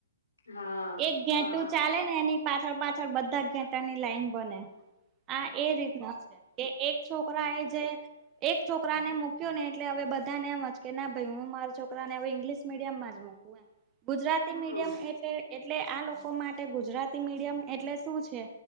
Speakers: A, on the left; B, on the right.
A: હા.
B: એક ઘેટું
A: હા
B: ચાલે ને એની પાછળ પાછળ બધા ઘેટાની લાઈન બને. હા એ રીતના છે, કે એક છોકરા એ જે એક છોકરાને મૂક્યો ને એટલે હવે બધાનેમજ કે ના ભાઈ હું મારા છોકરાને હવે ઈંગ્લિશ મડમકું ગુજરાતી
A: હા
B: મીડિયમ એટલે એટલે આ લોકો માટે ગુજરાતી મીડિયમ એટલે શું છે?